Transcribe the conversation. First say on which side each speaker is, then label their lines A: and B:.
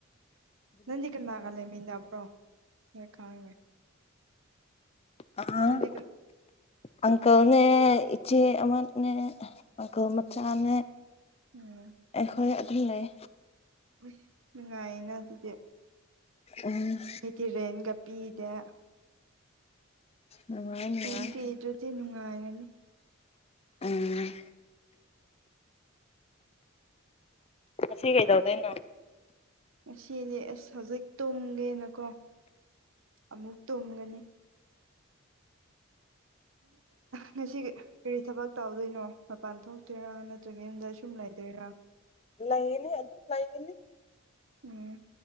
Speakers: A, on the right; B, on the left.
A: ꯅꯟꯗꯤ ꯀꯅꯥꯒꯥ ꯂꯩꯦꯃꯤꯗꯥꯕ꯭ꯔꯣ ꯍꯣꯏ ꯈꯥꯣꯏ
B: ꯑꯥ
A: ꯅꯅꯤ ꯀ
B: ꯑꯪꯀꯜꯅꯦ ꯏꯆꯦ ꯑꯃꯅꯦ ꯑꯪꯀꯜꯃ ꯆꯥꯅꯦ
A: ꯎꯝ
B: ꯑꯩꯈꯣꯏ ꯑꯗꯨꯝ ꯂꯩ
A: ꯎ ꯅꯨꯡꯉꯥꯏꯌꯦꯅ ꯑꯗꯨꯗꯤ
B: ꯎꯝ
A: ꯇꯤꯔꯦꯟꯒ ꯄꯤꯗꯦ
B: ꯅꯨꯡꯉꯥꯏ ꯅꯨꯡꯉꯥꯏ
A: ꯍꯩꯅ ꯄꯤꯗ꯭ꯔꯗꯤ ꯅꯨꯡꯉꯥꯏꯔꯅꯤ
B: ꯎꯝ ꯁꯤꯒꯩꯗꯥꯎꯗ ꯏꯅ
A: ꯉꯁꯤꯗꯤ ꯑꯁ ꯍꯧꯖꯤꯛ ꯇꯨꯝꯒꯦꯅꯀꯣ ꯑꯃꯨꯛ ꯇꯨꯝꯒꯅꯤ ꯉꯁꯤ ꯀꯔꯤ ꯊꯕꯛ ꯇꯧꯗꯣꯏꯅꯣ ꯃꯄꯥꯟ ꯊꯣꯛꯇꯣꯏꯔꯥ ꯅꯠꯇ ꯌꯨꯝꯗ ꯁꯨꯝ ꯂꯩꯗꯣꯏꯔꯥ
B: ꯂꯩꯒꯅꯤ ꯑꯗꯨꯝ ꯂꯩꯒꯅꯤ
A: ꯎꯝ